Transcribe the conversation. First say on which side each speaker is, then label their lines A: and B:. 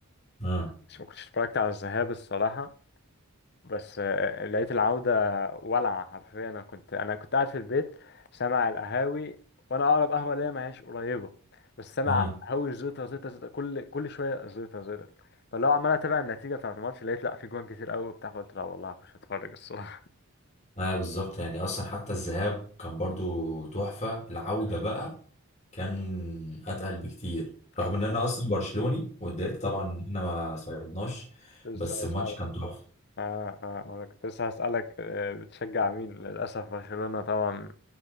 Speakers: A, on the left; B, on the left.
A: اه
B: مش ما كنتش اتفرجت على الذهاب الصراحة بس آه، لقيت العودة ولعة حرفيا انا كنت انا كنت قاعد في البيت سامع القهاوي وانا اقرب قهوة ليا ما هياش قريبة بس سامع
A: اه
B: القهاوي زيطة زيطة زيطة كل كل شوية زيطة زيطة فاللي هو عمال اتابع النتيجة بتاعت الماتش لقيت لا في جوان كتير قوي وبتاع فقلت لا والله هخش اتفرج الصراحة
A: اه بالظبط يعني اصلا حتى الذهاب كان برضو تحفة العودة
B: <laughs>
A: بقى كان اتقل بكتير رغم
B: آه،
A: ان انا اصلا برشلوني واتضايقت طبعا ان احنا ما صعدناش
B: لسه
A: بس الماتش
B: اسألك
A: كان تحفة
B: اه اه انا كنت لسه هسألك آه، بتشجع مين للأسف برشلونة طبعا